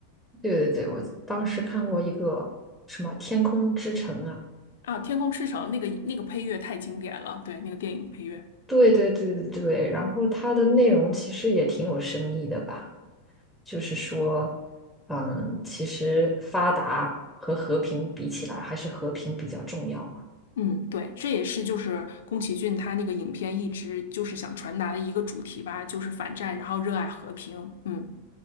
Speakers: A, in the centre; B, on the left.
A: 对对对，我当时看过一个什么《天空之城》啊，
B: 啊。《天空之城》那个那个配乐太经典了，对，那个电影配乐。
A: 对对对对对，然后它的内容其实也挺有深意的吧，就是说，嗯，其实发达和和平比起来，还是和平比较重要嘛。
B: 嗯，对，这也是就是宫崎骏他那个影片一直就是想传达的一个主题吧，就是反战，然后热爱和平。嗯，